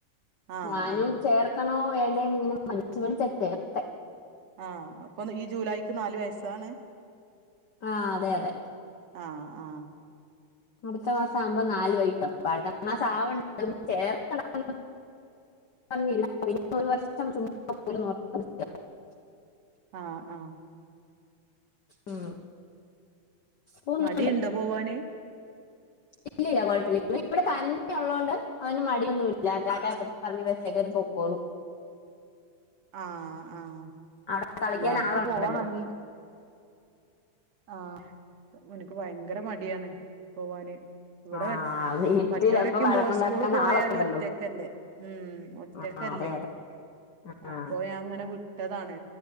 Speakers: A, on the right; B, on the left.
A: ആഹ്
B: ഞാനും
A: ആഹ്
B: ചേർ ത്തണോ വേണ്ടേ ഇങ്ങനെ മടിച്ച് മടിച്ചാ ചേർത്തേ
A: ആഹ് അപ്പൊ ഈ ജൂലൈക്ക് നാലുവയസാണ്
B: ആഹ് അതെ അതെ
A: ആഹ് ആ
B: അടുത്ത മാസം ആവുമ്പോ നാല് വയസ് <unintelligible> <unintelligible>
A: ആഹ് ആഹ്
B: ഉം പോന്നു
A: മടി ഉണ്ടോ പോവാന്?
B: ഇല്ലില്ല കൊഴപ്പില്ല ഇപ്പം ഇവിടെ തന്നെ ഉള്ളോണ്ട് അവന് മടിയൊന്നു ഇല്ല റ്റാറ്റാ ഒക്കെ പറഞ്ഞ് ബസ്സേ കേറി പൊക്കോളും
A: ആഹ ആഹ
B: അവിടെ കളിക്കാൻ
A: ഇയാൾക്ക്
B: ആളുണ്ടല്ലോ
A: പോവാൻ ടങ്ങി ആഹ ഇവൻക്ക് ഭയങ്കര മടിയാണ് പോവാന് ഇവിടെ
B: ആ
A: മറ്റ്
B: വീട്ടിൽ
A: മറ്റൂരൊക്കെ
B: അപ്പൊ വഴക്കുണ്ടാക്കാൻ
A: പോ സ്കൂള് പോയാലും
B: ആളുണ്ടല്ലോ
A: ഒറ്റക്കല്ലേ ഉം ഒറ്റക്കല്ലേ
B: ആ അതെ അതെ
A: അപ്പൊ
B: ആ
A: ഞാൻ അങ്ങനെ വിട്ടതാണ്